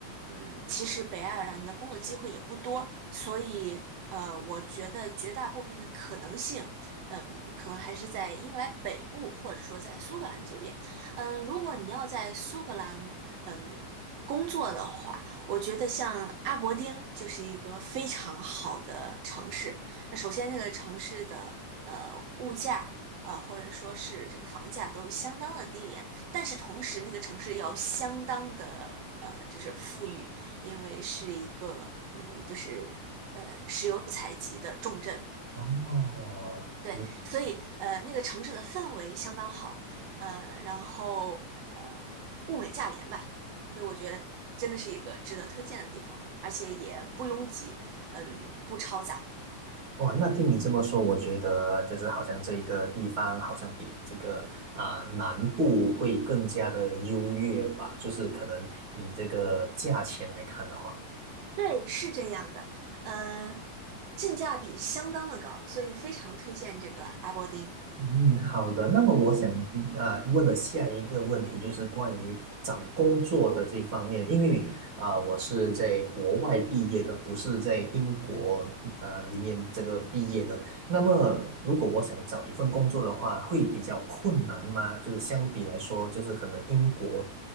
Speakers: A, on the right; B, on the right.
A: 嗯，其实北爱尔兰的工作机会也不多，所以呃，我觉得绝大部分的可能性，嗯，可能还是在英格兰北部，或者说在苏格兰这边。嗯，如果你要在苏格兰，嗯。工作的话，我觉得像阿伯丁就是一个非常好的城市。那首先，这个城市的呃物价，呃或者说是这个房价都相当的低廉，但是同时那个城市要相当的呃，就是富裕，因为是一个嗯，就是呃石油采集的重镇，
B: 哦，
A: 对，
B: 你
A: 所以呃那个城市的氛围相当好，呃，然后呃物美价廉吧，所以我觉得真的是一个值得推荐的地方，而且也不拥挤，嗯，不嘈杂，
B: 哇，那听你这么说，我觉得就是好像这一个地方好像比这个啊、南部会更加的优越吧，就是可能以这个价钱来看的话。
A: 对，是这样的，嗯、性价比相当的高，所以非常推荐这个阿伯丁。
B: 嗯，好的。那么我想啊、问的下一个问题就是关于找工作的这方面，因为啊、我是在国外毕业的，不是在英国啊、里面这个毕业的。那么如果我想找一份工作的话，会比较困难吗？就是相比来说，就是可能英国